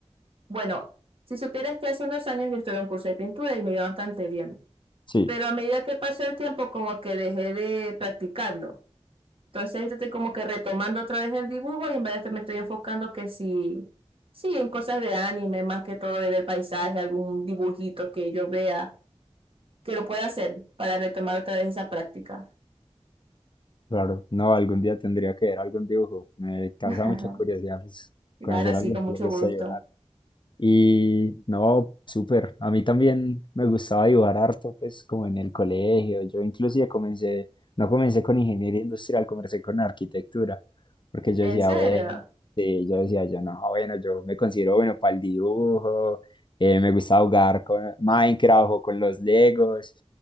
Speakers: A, on the right (about 55°); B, on the left (about 45°).
A: Bueno, si supieras que hace unos años yo estuve en un curso de pintura y me iba bastante bien,
B: Sí,
A: pero a medida que pasó el tiempo como que dejé de practicarlo. Entonces yo estoy como que retomando otra vez el dibujo y en vez de me estoy enfocando que sí, sí, en cosas de anime, más que todo del paisaje, algún dibujito que yo vea que lo pueda hacer para retomar otra vez esa práctica.
B: claro. No, algún día tendría que ver algún dibujo. Me causa
A: <laughs>
B: mucha curiosidad, pues,
A: Claro,
B: conocer
A: sí,
B: a alguien
A: con mucho
B: que le gusta
A: gusto.
B: dibujar. Y no, súper. A mí también me gustaba dibujar harto, pues como en el colegio. Yo inclusive comencé, no comencé con ingeniería industrial, comencé con arquitectura, porque yo
A: ¿En
B: decía,
A: serio?
B: bueno, sí, yo decía, yo no, bueno, yo me considero bueno para el dibujo, eh, me gusta jugar con Minecraft o con los Legos.